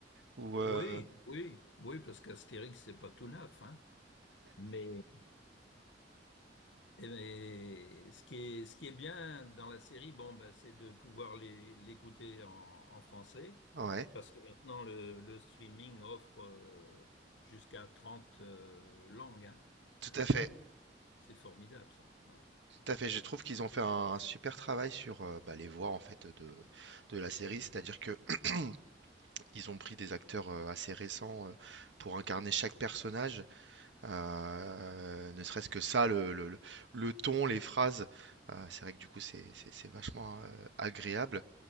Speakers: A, on the right; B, on the left.
A: ou euh,
B: Oui, oui, oui, parce qu'Astérix, c'est pas tout neuf, hein. Mais Et mais ce qui est, ce qui est bien dans la série, bon, ben, c'est de pouvoir les- l'écouter en, en français,
A: ouais,
B: parce que maintenant le, le streaming offre euh, jusqu'à 30 euh, langues, hein.
A: tout
B: Euh,
A: à fait,
B: c'est formidable ça. Ouais.
A: tout à fait. Je trouve qu'ils ont fait un, super travail sur euh, bah, les voix en fait de de la série, c'est-à-dire que <clears throat> ils ont pris des acteurs euh, assez récents euh, pour incarner chaque personnage Euh, ne serait-ce que ça, le, le- le- le ton, les phrases, euh, c'est vrai que du coup c'est c'est- c'est vachement euh, agréable.